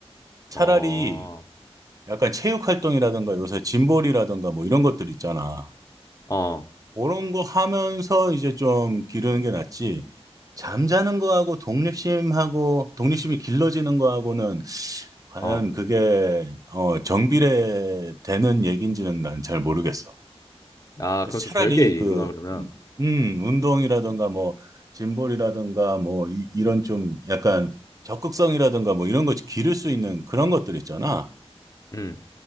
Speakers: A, on the right; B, on the left.
A: 차라리
B: 어.
A: 약간 체육 활동이라든가 요새 짐볼이라든가 뭐 이런 것들 있잖아.
B: 어.
A: 그런 거 하면서 이제 좀 기르는 게 낫지. 잠자는 거하고 독립심하고 독립심이 길러지는 거하고는 과연
B: 어.
A: 그게 어, 정비례되는 얘기인지는 난 잘 모르겠어.
B: 아
A: 그래서
B: 그럼
A: 차라리
B: 좀 별개의
A: 그
B: 얘기구나 그러면.
A: 음, 음, 운동이라든가 뭐 짐볼이라든가 뭐 이, 이런 좀 약간 적극성이라든가 뭐 이런 거 기를 수 있는 그런 것들 있잖아.
B: 음.